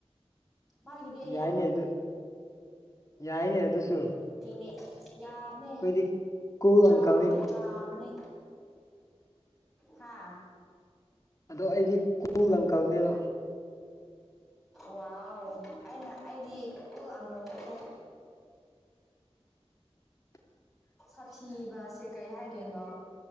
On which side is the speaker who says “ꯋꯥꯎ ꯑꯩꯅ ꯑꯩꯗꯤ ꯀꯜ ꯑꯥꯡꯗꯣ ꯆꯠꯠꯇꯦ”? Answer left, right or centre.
Centre